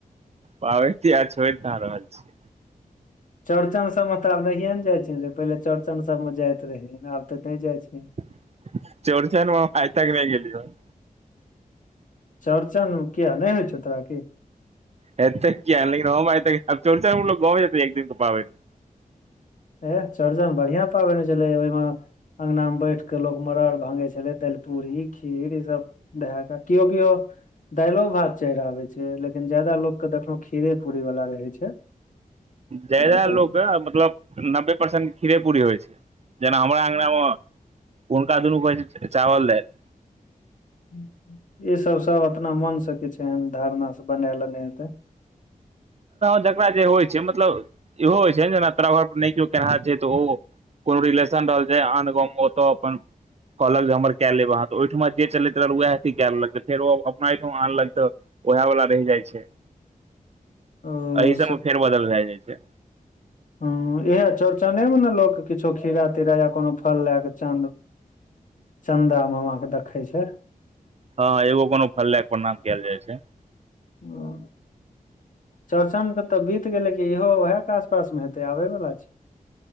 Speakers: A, on the right (about 45°); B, on the left (about 60°).
A: पावैन तिहार छोइर कहा रहल छियै
B: चौरचन सब म तऽ आब नहिये न जाय छीही पहिले चौड़चन सब म जायत रही आब तऽ नै जाय छीही
A: <inaudible> चौरचन मे हम आइताक नै गेलियो है
B: <inaudible> चौरचन किया नै होइ छौ तोरा की
A: हेतै किया नै लेकिन हम आइ तक चोरचन मे गाँव जेतइ एक दिन कऽ पाबैन म
B: ऐह चौड़चन बढ़िया पाबैन होइ छलै ओहिमे अंगना मे बैठ कऽ लोग मड़ड़र भांगे छले तै पूी खीर ई सब धै कऽ केओ केओ दालियो भात चढ़ आबे छै लेकिन लेकिन ज्यादा लोक कऽ देखलो खीरे पूरी वाला रहै छै <inaudible>
A: ज्यादा
B: मतलब
A: लोक मतलब नब्बे परसेंट खीरे पूरी होइ छै <inaudible> जेना हमरा अंगना म हुनका दुनु कऽ होय छै चावल दैल
B: <inaudible> ईसभ सभ अपना मन स किछ एहन धारणासँ बना लेने हेतै
A: जकरा जे होइ छै मतलब इहो होइ छै न जेना तोरा घर पर नै केओ केनाहार छै तऽ ओ कोनो रिलेशन रहल छै आन गाँव ओतौ अपन कहलक जे हमर कए लेब अहाँ तऽ ओइठमा जे चलैत रहल उएह अथी कए लेलक तऽ फेर ओ अपना ओइठमा आनल कऽ तऽ ओएह वला रहि जाइ छै
B: ओ
A: एहि सब म फेर बदल भए जाइ छै।
B: ह इह चौड़चने मे ने लक किछो खीरा तीरा या कोनो फल लए कऽ चांद। चन्दा मामा के देखै छैय।
A: हँ एगो कोनो फल लऽक‌ऽ परनाम कैल जाइ छै।
B: ओ चौरचन के तऽ बीत। गेले की इहो ओएह के आसपास मे हेतै आबे बला छैय।